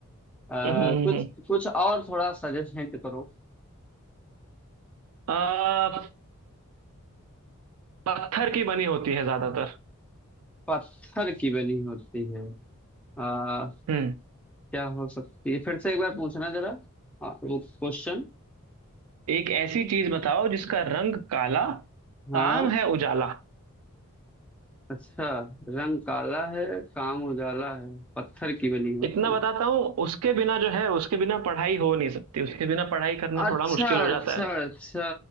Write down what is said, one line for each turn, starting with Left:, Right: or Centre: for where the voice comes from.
Centre: आ,
Right: हम्म हम्म
Centre: कुछ
Right: हम्म।
Centre: कुछ और थोड़ा सजेस्ट हिंट करो
Right: आ, पत्थर की बनी होती है ज्यादातर
Centre: पत्थर की बनी होती है आ,
Right: हम्म,
Centre: क्या हो सकती है फिर से एक बार पूछना जरा आ, वो क्वेश्चन
Right: एक ऐसी चीज बताओ जिसका रंग काला
Centre: हाँ
Right: काम है उजाला
Centre: अच्छा रंग काला है काम उजाला है पत्थर की बनी होती
Right: इतना बताता
Centre: है
Right: हूँ उसके बिना जो है उसके बिना पढ़ाई हो नहीं सकती उसके बिना पढ़ाई करना
Centre: अच्छा
Right: थोड़ा मुश्किल हो
Centre: अच्छा
Right: जाता है
Centre: अच्छा